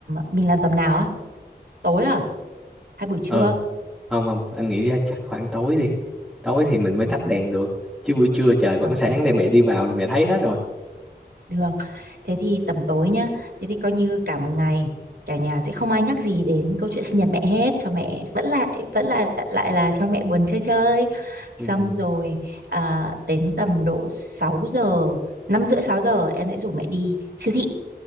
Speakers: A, on the right; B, in the centre.
A: mình làm tầm nào á tối à hay buổi trưa
B: ừ không không anh nghĩ ra chắc khoảng tối đi tối thì mình mới tắt
A: Ừ.
B: đèn được chứ buổi trưa trời vẫn
A: Được,
B: sáng
A: được,
B: để
A: được.
B: mẹ đi vào là mẹ thấy hết rồi
A: Được. Thế thì tầm tối nhá. Thế thì coi như cả một ngày cả nhà sẽ không ai nhắc gì đến câu chuyện sinh nhật mẹ hết cho mẹ vẫn lại vẫn lại lại là cho mẹ buồn chơi chơi. Xong
B: ừ,
A: rồi à, đến tầm độ 6 giờ, 5 rưỡi 6 giờ em sẽ rủ mẹ đi siêu thị.